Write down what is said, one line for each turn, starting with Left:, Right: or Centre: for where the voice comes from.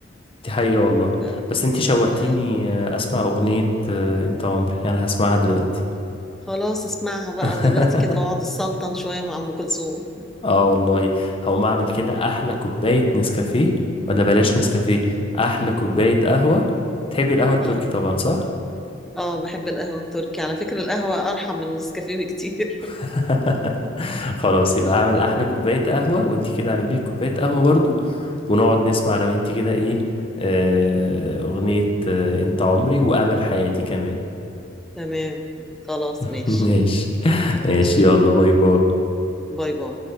Left: دي حقيقة والله
Centre: ف...
Left: بس انت شوقتيني
Centre: ف-
Left: آه، اسمع اغنية آه، انت عمري انا هسمعها دلوقتي
Centre: خلاص اسمعها بقى
Left: <laughs>
Centre: دلوقتي كده واقعد السلطن شوية مع أم كلثوم
Left: اه والله هقوم اعمل كده احلى كوباية نسكافيه ولا بلاش نسكافيه احلى كوباية قهوة تحبي القهوة التركي
Centre: اه
Left: طبعا صح
Centre: اه بحب القهوة التركي على فكرة القهوة أرحم من النسكافيه بكتير
Left: <laughs> خلاص يبقى اعمل احلى كوباية قهوة وانت كده اعملي لي كوباية قهوة برضو ونقعد نسمع لو انت كده ايه آه، اغنية آه، انت عمري وامل حياتي كمان
Centre: <laughs> تمام خلاص
Left: <laughs>
Centre: ماشي
Left: ماشي
Centre: ماشي
Left: ماشي يلا باي باي
Centre: باي باي